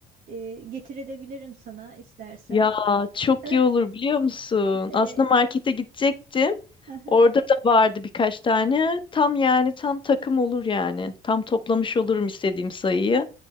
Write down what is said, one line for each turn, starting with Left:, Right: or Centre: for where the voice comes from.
Right: E, getirebilirim sana istersen.
Left: Ya çok
Right: <laughs>
Left: iyi olur biliyor musun?
Right: E,
Left: Aslında markete gidecektim.
Right: aha.
Left: Orada da vardı birkaç tane. Tam yani tam takım olur yani. Tam toplamış olurum istediğim sayıyı.